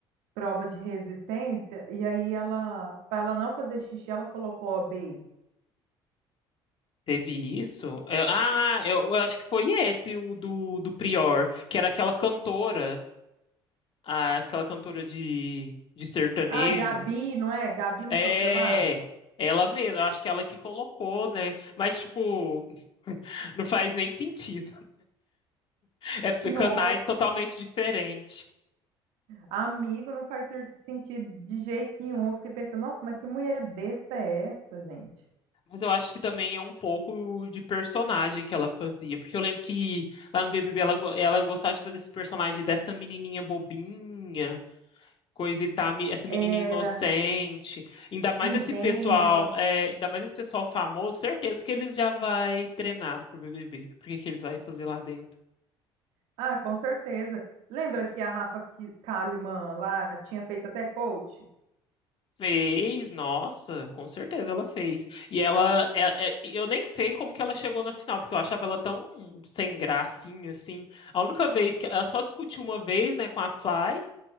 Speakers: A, on the right; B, on the left.
A: prova de resistência e aí ela, para ela não fazer xixi, ela colocou a B.
B: Teve isso? É, ah, eu, eu acho que foi esse, o do, do Prior, que era aquela cantora, a- aquela cantora de, de sertanejo.
A: Ah, Gabi, não é? Gabi não
B: É,
A: sei o que lá.
B: ela mesma, acho que ela que colocou, né? Mas, tipo, <laughs> não faz nem sentido. É
A: <laughs>
B: canais
A: Nossa.
B: totalmente diferentes.
A: Amigo, não faz ser- sentido de jeito nenhum. Eu fiquei pensando, nossa, mas que mulher besta é essa, gente?
B: Mas eu acho que também é um pouco de personagem que ela fazia. Porque eu lembro que lá no BBB ela, go- ela gostava de fazer esse personagem dessa menininha bobinha, coisa e tal, me- essa menininha
A: Era
B: inocente. Ainda mais
A: ingênua.
B: esse pessoal, é, ainda mais esse pessoal famoso, certeza que eles já vai treinado pro BBB. Porque que eles vai fazer lá dentro?
A: Ah, com certeza. Lembra que a Rafa Ki- Kalimann lá tinha feito até coach?
B: Fez, nossa, com certeza ela fez. E ela, é- é- eu nem sei como que ela chegou na final, porque eu achava ela tão sem gracinha, assim. A única vez que ela só discutiu uma vez, né, com a Fly,